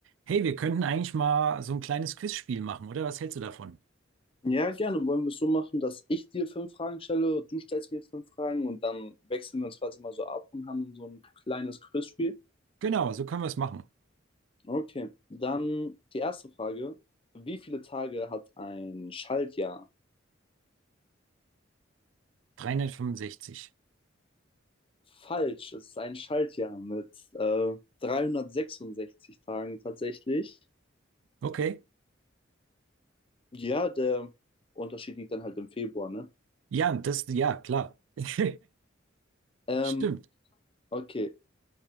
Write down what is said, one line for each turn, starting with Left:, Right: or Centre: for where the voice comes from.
Right: Hey, wir könnten eigentlich mal so ein kleines Quizspiel machen, oder? Was hältst du davon?
Left: Ja, gerne. Wollen wir es so machen, dass ich dir fünf Fragen stelle, du stellst mir jetzt fünf Fragen und dann wechseln wir uns quasi mal so ab und haben dann so ein kleines Quizspiel.
Right: Genau, so können wir es machen.
Left: Okay, dann die erste Frage. Wie viele Tage hat ein Schaltjahr?
Right: 365.
Left: Falsch, es ist ein Schaltjahr mit äh, 366 Tagen tatsächlich.
Right: Okay.
Left: Ja, der Unterschied liegt dann halt im Februar, ne?
Right: Ja, das, ja, klar. <laughs>
Left: Ähm,
Right: Stimmt.
Left: okay,